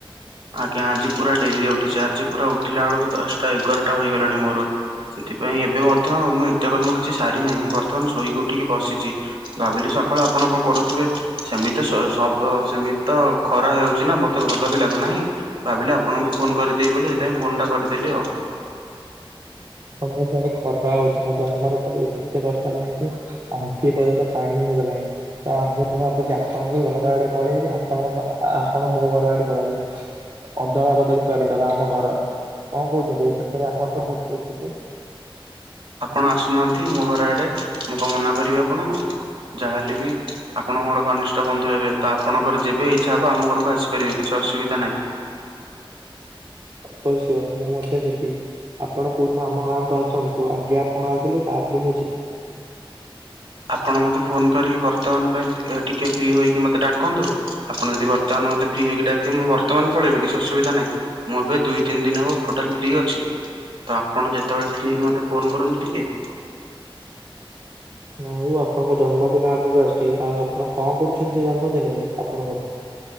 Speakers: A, on the right; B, on the right.
A: ଆଜ୍ଞା ଆଜି ପୁରା ଡେରିରେ ଉଠିଚି। ଆଜି ପୁରା ଉଠିଲା ବେଳକୁ ଦଶଟା ଏଗାରଟା ହେଇଗଲାଣି ମୋର। ସେଥିପାଇଁ ଏବେ ମଧ୍ୟ ମୁଁ ନିତ୍ୟକର୍ମ କିଛି ସାରି ନାହିଁ। ମୁଁ ବର୍ତ୍ତମାନ ଶୋଇକ ଉଠିକି ବସିଚି। ଭାବିଲି ସକାଳୁ ଆପଣ କଣ କରୁଥିବେ। ସେମିତି ସ ସ କ ସେମିତି ତ ଖରା ହୋଉଚି ନା ମତେ ଭଲ ବି ଲାଗୁନାହିଁ। ଭାବିଲେ ଆପଣଙ୍କୁ ଫୋନ୍ କରିଦିଏ ବୋଲି ସେଥିପାଇଁ ଫୋନଟା କରିଦେଲି ଆଉ।
B: ଆପଣଙ୍କ ଆଡେ ଖଟା ହୋଉଚି ମଧ୍ୟ ଆମର ଏପଟେ ଏତେ ବର୍ଷା ହେଲାଣି ଯେ ଆଣ୍ଠିଏ ପର୍ଯ୍ୟନ୍ତ ପାଣି ହେଇଗଲାଣି। ତା ମୁଁ ଭାବୁଚି ଆପଣଙ୍କ ଘର ଆଡେ ପଳେଇବି। ଆପଣଙ୍କ ଆପଣ ମୋ ଘର ଆଡେ ପଳେଇ ଆସନ୍ତୁ। ଅଦଳା ବଦଳି କରିଦବା ଆମ ଘର କଣ କୋହୁଚନ୍ତି? ଏ କଥାରେ ଆପଣ <unintelligible>
A: ଆପଣ ଆସୁନାହାନ୍ତି ମୋ ଘର ଆଡେ। ମୁଁ କଣ ମନା କରିବି ଆପଣଙ୍କୁ? ଯାହାହେଲେ ବି ଆପଣ ମୋର ଘନିଷ୍ଠ ବନ୍ଧୁ ହେବେ। ତ ଆପଣଙ୍କର ଯେବେ ଇଚ୍ଛା ହବ ଆମ ଘରକୁ ଆସିପାରିବେ। କିଛି ଅସୁବିଧା ନାହିଁ।
B: ଅବଶ୍ୟ ମୁଁ ମଧ୍ୟ ଯିବି। ଆପଣ କୋଉ ଦିନ ଆମ ଗାଁକୁୁ ଆସନ୍ତୁ ଆଗେ ଆପଣ ଆସିଲେ ତାପରେ ମୁଁ ଯିବି।
A: ଆପଣ ମତେ ଫୋନ୍ କରିକି ବର୍ତ୍ତମାନ ପାଇଁ ଫି ଟିକେ ଫ୍ରି ହୋଇକି ମତେ ଡାକନ୍ତୁ। ଆପଣ ଯଦି ବର୍ତ୍ତମାନ ମତେ ଫ୍ରି ହେଇକି ଡାକିବେ ମୁଁ ବର୍ତ୍ତମାନ ପଳେଇବ କିଛି ଅସୁବିଧା ନାହିଁ। ମୁଁ ଏବେ ଦୁଇ ତିନି ଦିନ ହବ ଟୋଟାଲ ଫ୍ରି ଅଛି। ତ ଆପଣ ଯେତେବେଳେ ଫ୍ରୀ ହେଇକି ମତେ ଫୋନ୍ କରନ୍ତୁ ଟିକେ।
B: ଆଉ ଆପଣଙ୍କ ଜନ୍ମଦିନ ଆଗକୁ ଆସିୁଚି। ଆଉ ଆପଣ କଣ କରୁଚନ୍ତି ଜନ୍ମ ଦିନରେ ଆପଣଙ୍କର?